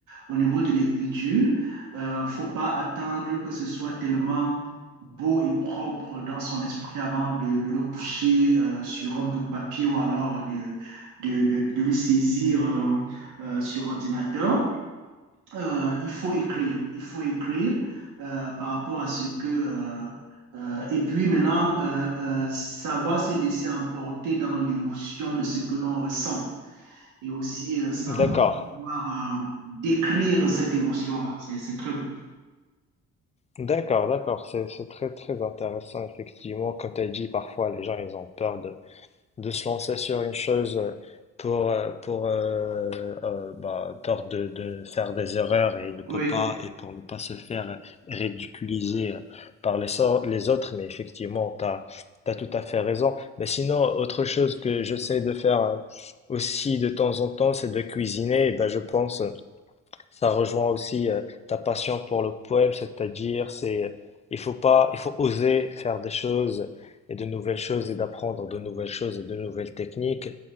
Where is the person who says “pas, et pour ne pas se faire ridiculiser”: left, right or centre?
Left